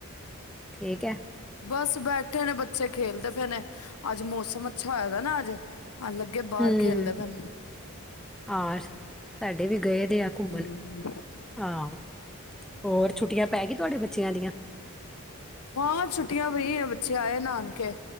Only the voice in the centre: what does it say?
ਠੀਕ ਹੈ।
ਹੂੰ,
ਆਹ ਸਾਡੇ ਵੀ ਗਏ ਦੇ ਆ ਘੁੰਮਣ
ਹਾਂ। ਹੋਰ ਛੁੱਟੀਆਂ ਪੈ ਗਈ ਤੁਹਾਡੇ ਬੱਚਿਆਂ ਦੀਆਂ?